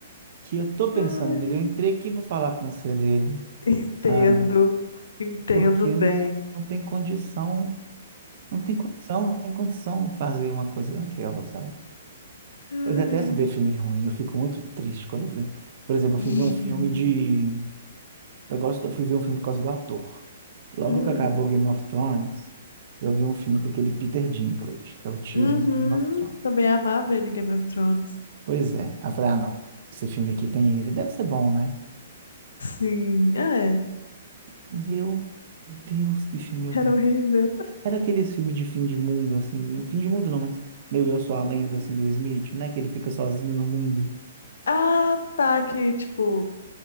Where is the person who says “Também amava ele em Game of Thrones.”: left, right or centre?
Left